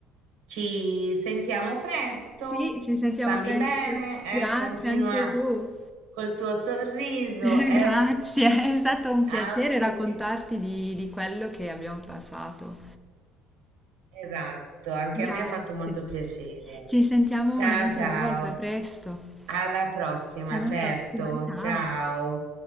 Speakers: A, on the right; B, in the centre.
A: ci sentiamo presto,
B: Sì, ci sentiamo
A: stammi
B: presto.
A: bene, eh,
B: Grazie
A: continua
B: anche tu.
A: col tuo sorriso,
B: <laughs> Grazie,
A: eh,
B: è stato un piacere
A: apri.
B: raccontarti di, di quello che abbiamo passato.
A: Esatto, anche
B: Grazie.
A: a me ha fatto molto piacere.
B: Ci sentiamo
A: Ciao,
B: un'altra
A: ciao,
B: volta, presto.
A: alla prossima,
B: Alla
A: certo,
B: prossima, ciao.
A: ciao.